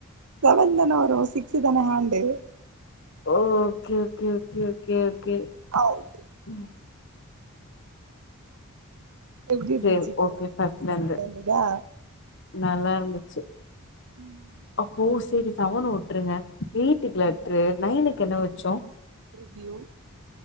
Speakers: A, on the right; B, on the left.
A: செவன் தான வரு சிக்ஸ்சு தான ஹேண்டு
B: ஓ okay okay okay okay okay
A: out
B: ம்
A: எப்டி இருந்துச்சு
B: சே ஓகே
A: கேளுங்க
B: ஃபர்ஸ்ட்லந்து
A: ஜாலியா இருந்ததா
B: நல்லாருந்துச்சு
A: ம்
B: அப்போ செரி செவன உட்டுருங்க எயிட்டுக்கு லெட்ரு நைனுக்கு என்ன வச்சோ
A: ப்பிரிவ்யூ